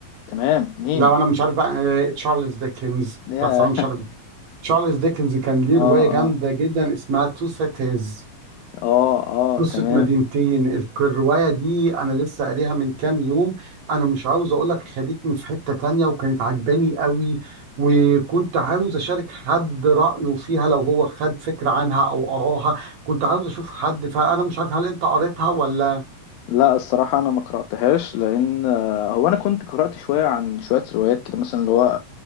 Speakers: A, on the left; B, on the right.
A: تمام مين
B: لو انا مش عارف بقى آه تشارلز ديكنز
A: يا
B: بس انا مش عارف تشارلز ديكنز
A: <laughs>
B: كان ليه روايه
A: اه
B: جامده
A: اه
B: جدا اسمها تو سيتيز
A: اه اه
B: قصة
A: تمام
B: مدينتين الك- الرواية دي أنا لسه قاريها من كام يوم أنا مش عاوز أقول لك خدتني في حتة تانية وكانت عجباني قوي وكنت عاوز أشارك حد رأيه فيها لو هو خد فكرة عنها أو قراها كنت عاوز أشوف حد فأنا مش عارف هل أنت قريتها ولا
A: لا الصراحة أنا ما قرأتهاش لأن آه، هو أنا كنت قرأت شوية عن شوية روايات كده مثلا اللي هو آه،